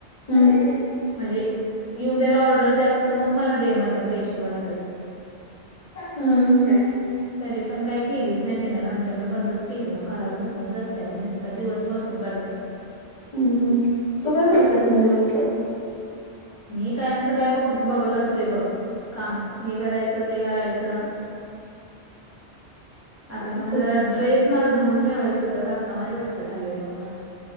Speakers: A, on the left; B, on the right.
A: हम.
B: म्हणजे येऊ द्यात ऑर्डर जास्त मग मला दे म्हटलं पैसे वाटले.
A: हम हम.
B: तरी पण काय केलीच नाही तिला नंतर ना बंदच केली मग घरात बसूनच असत ब नुसती. दिवस बसून काढत्या.
A: हम्म हम्, तू काय करतेस मग दिवसभर.
B: मी काय नाही तर काय बघ- बघत असते बघ. काम हे करायचं ते करायचं.
A: <inaudible>
B: आता मला जरा
A: आहे.
B: ड्रेस मला धरून ठेवायचं होतं आत्ता माझ्या लक्षात आलंय ब मला.